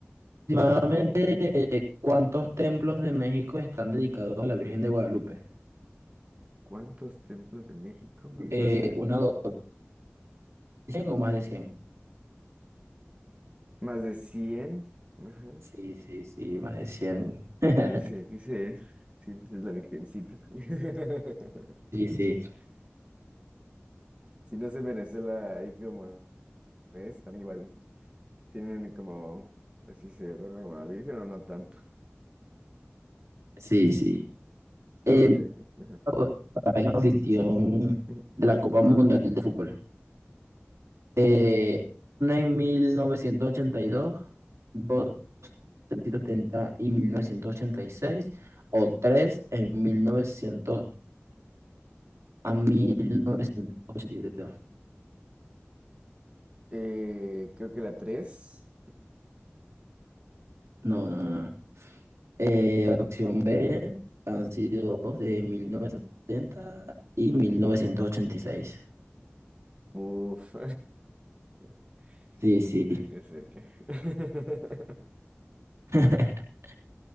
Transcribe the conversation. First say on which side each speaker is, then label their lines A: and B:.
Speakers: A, on the right; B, on the right.
A: aproximadamente, eh, ¿cuántos templos de México están dedicados a la Virgen de Guadalupe?
B: ¿Cuántos templos de México? Ajá.
A: Eh, ¿una, dos, cien o más de cien?
B: Más de cien Ajá.
A: Sí, sí, sí, más de cien. <laughs>
B: Sí, sí, aquí se... Sí, es la virgencita. <laughs>
A: Sí, sí,
B: Si no sé, en Venezuela, ahí como es, también igual. Tienen como... Así se adora como a la virgen o no tanto.
A: sí, sí. Eh,
B: No, ok, ok, ajá.
A: para la inscripción
B: <laughs>
A: de la Copa Mundial de Fútbol. Eh, una en mil novecientos ochenta y dos dos en 1970 y mil novecientos ochenta y seis o tres en 1982 a mil novecientos ochenta y dos
B: Eh, creo que la tres
A: No, no, no. Eh, opción B han sido dos de 1970 y mil novecientos ochenta y seis
B: Uf. <laughs>
A: Sí, sí.
B: Cerca, cerca. <laughs>
A: <laughs>